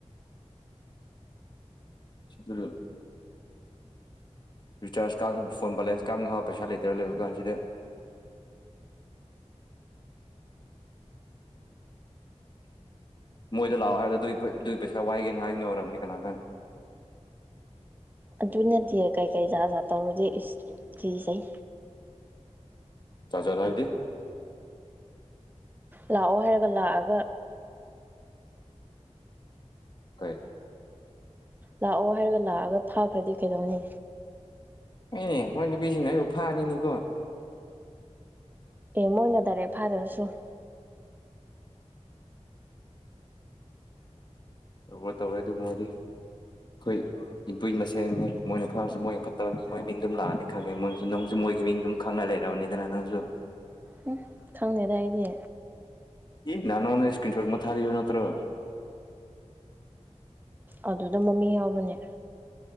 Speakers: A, on the left; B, on the right.
A: ꯎꯝ ꯔꯤꯆꯥꯔꯖ ꯀꯥꯞꯅꯕ ꯐꯣꯟ ꯕꯦꯂꯦꯟꯁ ꯀꯥꯞꯅꯐꯥꯎ ꯄꯩꯁꯥ ꯂꯩꯇꯔ ꯂꯩꯕ ꯀꯥꯟꯁꯤꯗ꯫ ꯃꯣꯏꯗ ꯂꯥꯛꯑꯣ ꯍꯥꯏꯕꯗꯨ ꯑꯗꯨꯏ ꯄꯩꯁꯥ ꯋꯥꯏꯒꯦꯅ ꯍꯥꯏꯕ ꯑꯣꯏꯔꯝꯅꯤ ꯀꯅꯥ ꯈꯪꯉꯤ
B: ꯑꯗꯨ ꯅꯠꯇꯦ ꯀꯩꯀꯩ ꯖꯥꯠ ꯖꯥꯠ ꯇꯧꯔꯗꯤ ꯀꯤꯖꯩ
A: ꯖꯥꯠ ꯖꯥꯠ ꯍꯥꯏꯗꯤ
B: ꯂꯥꯛꯑꯣ ꯍꯥꯏꯔꯒ ꯂꯥꯛꯑꯒ
A: ꯀꯩ꯫
B: ꯂꯥꯛꯑꯣ ꯍꯥꯏꯔꯒ ꯂꯥꯛꯑꯒ ꯐꯥꯈ꯭ꯔꯗꯤ ꯀꯩꯗꯧꯅꯤ?
A: ꯑꯦ ꯃꯣꯏ ꯅꯨꯄꯤꯁꯤꯡꯅ ꯑꯩꯕꯨ ꯐꯥꯔꯤꯅꯤꯀꯣ
B: ꯑꯦ ꯃꯣꯏꯅ ꯗꯥꯏꯔꯦꯛ ꯐꯥꯗ꯭ꯔꯁꯨ
A: ꯇꯧꯔꯣꯏ ꯇꯧꯔꯣꯏ ꯑꯗꯨꯒꯨꯝꯕꯗꯤ ꯑꯩꯈꯣꯏ꯫ ꯏꯄꯨꯏ ꯃꯁꯦꯟꯅꯦ ꯃꯣꯏꯅ ꯐꯔꯁꯨ ꯃꯣꯏꯒꯤ ꯐꯠꯇꯕ ꯃꯤ ꯃꯣꯏ ꯃꯤꯡ ꯑꯗꯨꯝ ꯂꯥꯛꯑꯅꯤ ꯈꯪꯉꯦ ꯃꯣꯏꯅꯁꯨ ꯅꯪꯁꯨ ꯃꯣꯏꯒꯤ ꯃꯤꯡꯗꯨꯝ꯫ ꯈꯪꯉ ꯂꯩꯔꯕꯅꯤꯗꯅ ꯅꯪꯖꯨ
B: ꯎꯝ ꯈꯪꯗꯦꯗ ꯑꯩꯗꯤ
A: <unintelligible> <unintelligible> ꯏꯁ꯭ꯀꯤꯟ ꯁꯣꯠ ꯑꯃ ꯊꯥꯕꯤꯕꯅꯠꯇ꯭ꯔꯣ <unintelligible> <unintelligible>
B: ꯑꯗꯨꯗ ꯃꯃꯤꯡ ꯌꯥꯎꯕꯅꯦ